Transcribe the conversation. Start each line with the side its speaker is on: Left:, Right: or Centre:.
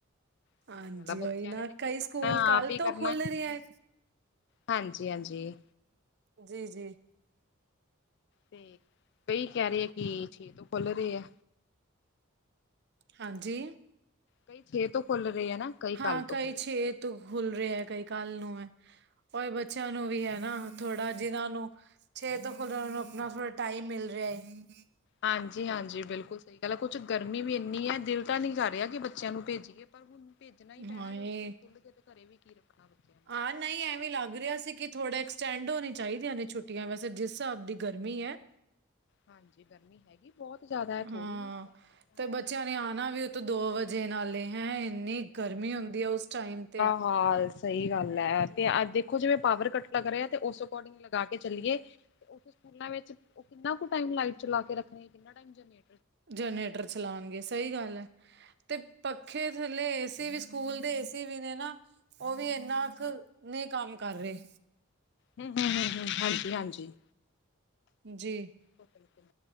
Left: ਸਈ
Right: ਹਾਂਜੀ
Left: ਗੱਲ ਐ, ਬੱਚਿਆਂ
Right: ਉਹੀ ਨਾ
Left: ਨੇ ਤਾਂ ਕੀ
Right: ਕਈ
Left: ਕਰਨਾ
Right: ਸਕੂਲ ਕੱਲ
Left: ਆਪ ਈ
Right: ਤੋਂ
Left: ਕਰਨਾ।
Right: ਖੁੱਲ ਰਹੇ ਹੈ
Left: ਹਾਂਜੀ-ਹਾਂਜੀ।
Right: ਜੀ-ਜੀ।
Left: ਤੇ ਕਈ ਕੈਰੇ ਐ ਕਿ ਛੇ ਤੋਂ ਖੁੱਲ ਰਏ ਐ।
Right: ਹਾਂਜੀ।
Left: ਕਈ ਛੇ ਤੋਂ ਖੁੱਲ ਰਏ ਐ ਨਾ। ਕਈ
Right: ਹਾਂ
Left: ਕੱਲ ਤੋਂ
Right: ਕਈ
Left: ਖੁੱਲ ਰਹੇ।
Right: ਛੇ ਤੋਂ ਖੁੱਲ ਰਏ ਐ, ਕਈ ਕੱਲ ਨੂੰ ਐ। ਏ ਬੱਚਿਆਂ ਨੂੰ ਵੀ ਹੈ ਨਾ, ਥੋੜ੍ਹਾ ਜਿਨਾਂ ਨੂੰ ਛੇ ਤੋਂ ਖੁੱਲ੍ਹਿਆ ਉਹ ਨੂੰ ਆਪਣਾ ਥੋੜਾ ਟਾਈਮ ਮਿਲ ਰਿਹਾ ਹੈ
Left: ਹਾਂਜੀ- ਹਾਂਜੀ ਬਿਲਕੁਲ ਸਹੀ ਗੱਲ ਹੈ, ਕੁਛ ਗਰਮੀ ਵੀ ਇੰਨੀ ਹੈ, ਦਿਲ ਤਾਂ ਨਹੀਂ ਕਰ ਰਿਹਾ ਕਿ ਬੱਚਿਆਂ ਨੂੰ ਭੇਜੀ- ਪਰ ਹੁਣ ਭੇਜਣਾ ਹੀ ਪੈਣਾ
Right: ਹਾਏ
Left: ਜੋ ਸਕੂਲ ਖੁੱਲ ਕੇ ਤੇ ਘਰੇ ਵੀ ਕੀ ਰੱਖਣਾ ਬੱਚਿਆ ਨੂੰ
Right: ਹਾਂ ਨਹੀਂ ਐਵੇਂ ਲੱਗ ਰਿਹਾ ਸੀ ਕਿ ਥੋੜ੍ਹਾ ਐਕਸਟੈਂਡ ਹੋਣੀ ਚਾਹੀਦੀਆਂ ਨੇ ਛੁੱਟੀਆਂ ਵੈਸੇ ਜਿਸ ਹਿਸਾਬ ਦੀ ਗਰਮੀ ਹੈ
Left: ਹਾਂਜੀ ਗਰਮੀ ਹੈਗੀ ਬਹੁਤ ਜ਼ਿਆਦਾ ਹੈ ਥੋੜ੍ਹੀ
Right: ਹਾਂ,
Left: ਨੀ ਹੈ।
Right: ਤੇ ਬੱਚਿਆਂ ਨੇ ਆਉਣਾ ਵੀ ਉਤੋਂ ਦੋ ਵਜੇ ਨਾਲੇ ਹੈਂ ਇੰਨੀ ਗਰਮੀ ਹੁੰਦੀ ਹੈ ਉਸ ਟਾਈਮ ਤੇ
Left: ਹਾਂ ਸਹੀ ਗੱਲ ਹੈ, ਤੇ ਦੇਖੋ ਜਿਵੇਂ ਪਾਵਰ ਕੱਟ ਲੱਗ ਰਿਹਾ ਤੇ ਉਸ ਅਕੋਰਡਿੰਗ ਲਗਾ ਕੇ ਚੱਲੀਏ, ਤੇ ਉਹ ਸਕੂਲਾਂ ਵਿੱਚ ਉਹ ਕਿੰਨਾ ਕੁ ਟਾਈਮ ਲਾਈਟ ਚਲਾ ਕੇ ਰੱਖਣੀ, ਕਿੰਨਾ ਟਾਈਮ ਜਨਰੇ
Right: ਜਨਰੇਟਰ ਚਲਾਉਣਗੇ, ਸਹੀ ਗੱਲ ਹੈ ਤੇ ਪੱਖੇ ਥੱਲੇ ਏਸੀ ਵੀ ਸਕੂਲ ਦੇ ਏਸੀ ਵੀ ਨੇ ਨਾ ਉਹ ਵੀ ਇੰਨਾ ਕੁ, ਨਹੀਂ ਕੰਮ ਕਰ ਰਹੇ
Left: ਹੂੰ, ਹੁੂੰ, ਹੁੂੰ ਹਾਂਜੀ-ਹਾਂਜੀ
Right: ਜੀ
Left: ਬਿਲਕੁਲ